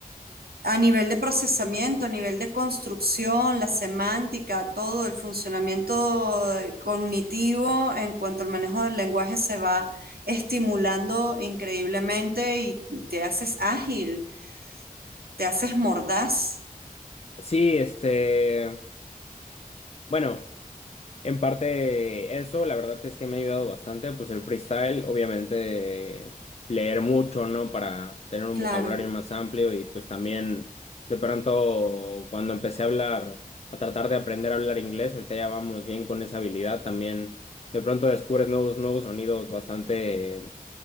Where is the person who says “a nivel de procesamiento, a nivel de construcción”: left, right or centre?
Right